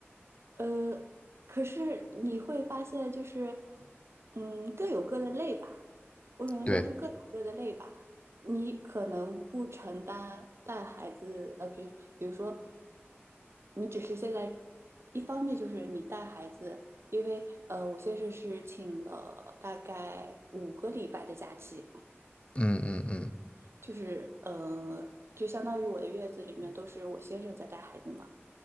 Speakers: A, on the right; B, on the left.
A: 呃，可是你会发现，就是，嗯，各有各的累吧。我只能说是各有各的累吧。
B: 对，
A: 你可能不承担带孩子，呃，比比如说，你只是现在一方面就是你带孩子，因为呃，我先生是请了大概五个礼拜的假期，
B: 嗯嗯嗯，
A: 就是呃，就相当于我的月子里面都是我先生在带孩子嘛。